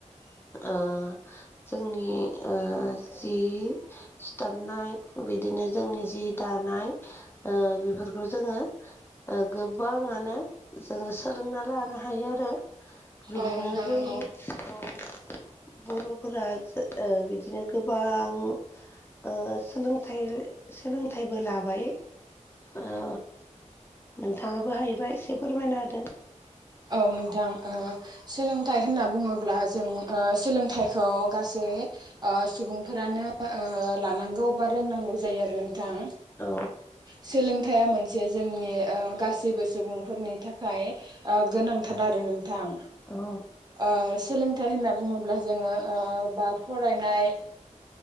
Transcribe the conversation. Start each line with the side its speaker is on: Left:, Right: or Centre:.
Left: ओ जोंनि ओ जि सिथाबनाय बिदिनो जोंनि जि दानाय ओ बेफोरखौ जोङो ओ गोबाङानो जोङो सोलोंना लानो हायो आरो बिदिनो
Right: औ नोंथां
Left: जोंनि
Right: नंगौ
Left: औ बर'फोरा ओ बिदिनो गोबां ओ सोलोंथाइ सोलोंथाइबो लाबाय ओ नोंथाङाबो हायोबाय एसे फोरमायना होदो
Right: औ नोंथां ओ सोलोंथाइ होनना बुङोब्ला जों ओ सोलोंथाइखौ गासै ओ सुबुंफोरानो ओ लानांगौ बा रोंनांगौ जायो आरो नोंथां।
Left: औ
Right: सोलोंथाइया मोनसे जोंनि ओ गासैबो सुबुंफोरनि थाखाय ओ गोनांथार आरो नोंथां
Left: औ
Right: ओ सोलोंथाइ होनना बुङोब्ला जोङो ओ बा फरायनाय